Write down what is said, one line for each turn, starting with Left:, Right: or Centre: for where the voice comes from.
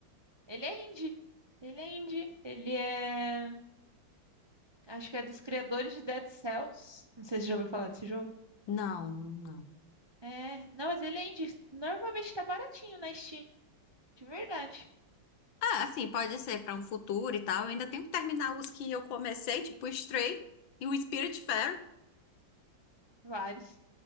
Right: Ele é indie. Ele é indie. Ele é. Acho que é dos criadores de Dead Cells. Não sei se você já ouviu falar desse jogo.
Left: Não, não.
Right: É. Não, mas ele é indie. Normalmente tá baratinho na Steam. De verdade.
Left: Ah, assim, pode ser pra um futuro e tal. Eu ainda tenho que terminar os que eu comecei, tipo Stray e o Spiritfarer.
Right: Vários.